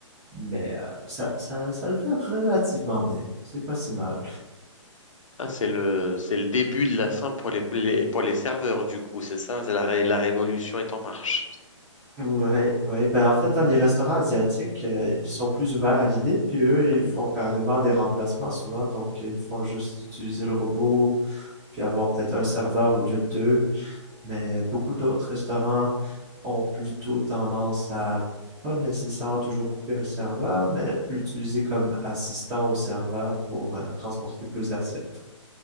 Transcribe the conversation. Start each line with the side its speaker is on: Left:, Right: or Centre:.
Right: Mais euh, ça, ça, ça le fait relativement bien. C'est pas si mal.
Left: Ah, c'est le, c'est le début de la fin pour les, les- pour les serveurs, du coup, c'est ça? C'est la, ré- la révolution est en marche.
Right: Ouais, ouais. Ben, en fait, dans les restaurants asiatiques, euh, ils sont plus ouverts à l'idée, puis eux,
Left: Hmm.
Right: ils font carrément des remplacements souvent. Donc, ils font juste utiliser le robot, puis avoir peut-être un serveur au lieu de deux. Mais beaucoup d'autres restaurants ont plutôt tendance à pas nécessairement toujours couper un serveur, mais l'utiliser comme assistant au serveur pour euh, transporter plus d'assiettes.